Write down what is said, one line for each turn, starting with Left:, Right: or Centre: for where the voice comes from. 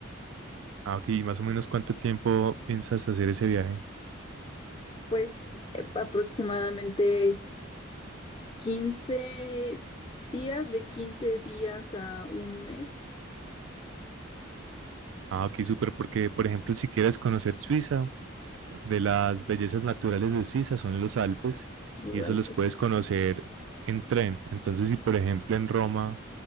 Right: Ah, ok. ¿Y más o menos cuánto tiempo piensas hacer ese viaje?
Left: Pues eh, aproximadamente quince días, de 15 días a un mes,
Right: Ah, ok, súper, porque por ejemplo, si quieres conocer Suiza, de las bellezas naturales de Suiza son los Alpes
Left: los
Right: y
Left: Alpes.
Right: eso los puedes conocer en tren. Entonces, si por ejemplo en Roma